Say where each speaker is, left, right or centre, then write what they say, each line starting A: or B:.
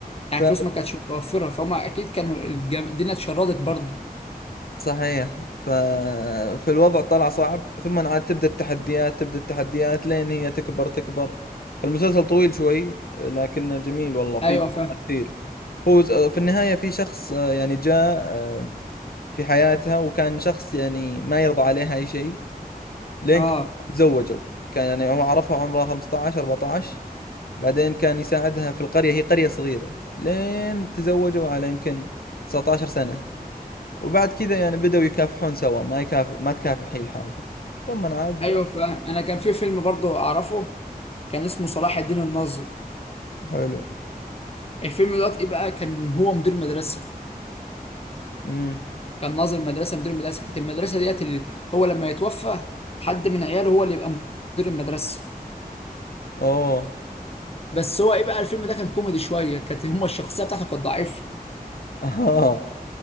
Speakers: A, on the left (about 40°); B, on the left (about 75°).
A: يعني
B: ف
A: فلوس ما كانتش متوفره فهم اكيد كانوا الجم... الدنيا اتشردت برضه
B: صحيح ف... فالوضع طلع صعب ثم عاد تبدأ التحديات تبدأ التحديات لين هي تكبر تكبر فالمسلسل طويل شوي لكنه جميل والله في
A: ايوه
B: دراما
A: فاهم
B: كثير هو ز- في النهاية في شخص آه، يعني جاء آه، في حياتها وكان شخص يعني ما يرضى عليها أي شيء لين
A: اه
B: ك- تزوجوا كان يعني هو عرفها وعمرها 15 14 بعدين كان يساعدها في القرية هي قرية صغيرة لين تزوجوا على يمكن 19 سنة وبعد كذا يعني بدأوا يكافحون سوا ما يكاف ما تكافح هي لحالها ثم عاد
A: ايوه فاهم انا كان في فيلم برضه اعرفه كان اسمه صلاح الدين الناظر
B: حلو
A: الفيلم دوت ايه بقى كان هو مدير مدرسه
B: امم
A: كان ناظر مدرسه مدير مدرسه كانت المدرسه ديت اللي هو لما يتوفى حد من عياله هو اللي يبقى مدير المدرسه
B: اوه
A: بس هو ايه بقى الفيلم ده كان كوميدي شويه كانت هما الشخصيه بتاعته كانت ضعيفه
B: آه.